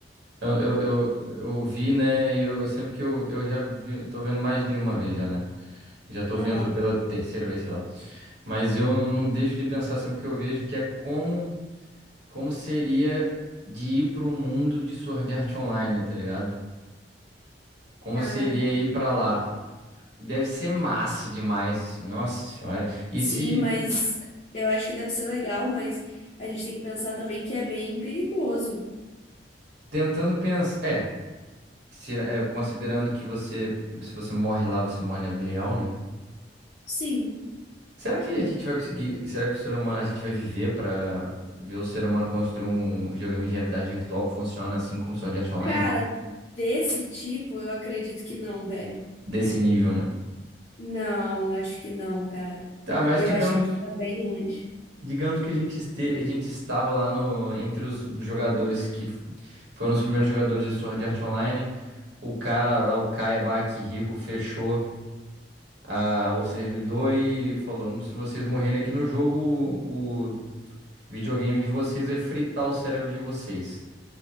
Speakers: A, on the right (about 65°); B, on the left (about 40°).
A: eu, eu, eu, eu vi, né, e eu sempre que eu, eu já vi, tô vendo mais de uma vez já, né? Já tô
B: Aham,
A: vendo pela terceira vez, sei lá. Mas eu não deixo de pensar sempre que eu vejo que é como, como seria de ir para o mundo de Sword Art Online, tá ligado? Como
B: cara.
A: seria ir pra lá? Deve ser massa demais, assim, Nossa senhora. E
B: Sim,
A: se
B: mas eu acho que deve ser legal, mas a gente tem que pensar também que é bem perigoso.
A: tentando pensar, é, tira- é, considerando que você, se você morre lá, você morre na vida real, né?
B: Sim.
A: Será que a gente vai conseguir? Será que o ser humano, a gente vai viver pra ver o ser humano construir um videogame de realidade virtual que funciona assim como Sword Art Online
B: Cara, desse tipo, eu acredito que não, velho.
A: desse nível, né?
B: Não, acho que não, cara.
A: Tá, mas
B: Eu
A: digamos,
B: acho que isso tá bem longe.
A: digamos que a gente este, a gente estava lá no entre os jogadores que f- foram os primeiros jogadores de Sword Art Online. O cara lá, o Kaiba, que rico, fechou. a- o servidor e falou: "Hum, se vocês morrerem aqui no jogo, o, o videogame de vocês vai fritar o cérebro de vocês.